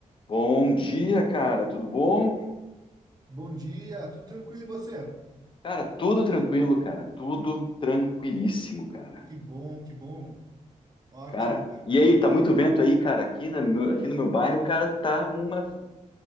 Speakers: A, on the left; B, on the right.
A: Bom dia, cara. Tudo bom?
B: Bom dia, tudo tranquilo e você?
A: Cara, tudo tranquilo, cara. Tudo tranquilíssimo, cara.
B: Que bom, que bom. Ótimo,
A: Cara,
B: cara.
A: e aí, tá muito vento aí, cara? Aqui, na meu- aqui no meu bairro, cara, tá uma,